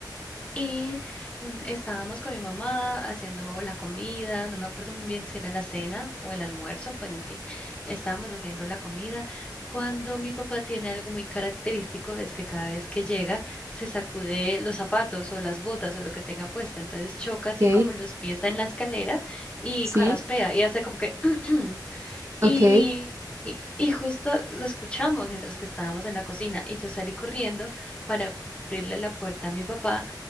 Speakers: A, on the left; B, on the right.
A: Y un- estábamos con mi mamá haciendo la comida, no me acuerdo muy bien si era la cena o el almuerzo, bueno, en fin, estábamos haciendo la comida cuando mi papá tiene algo muy característico, es que cada vez que llega se sacude los zapatos o las botas o lo que tenga puesta, entonces choca así
B: Ok,
A: como los pies en la escalera y
B: sí,
A: carraspea y hace como que... <clears throat> y,
B: ok,
A: y y justo lo escuchamos mientras que estábamos en la cocina y yo salí corriendo para abrirle la puerta a mi papá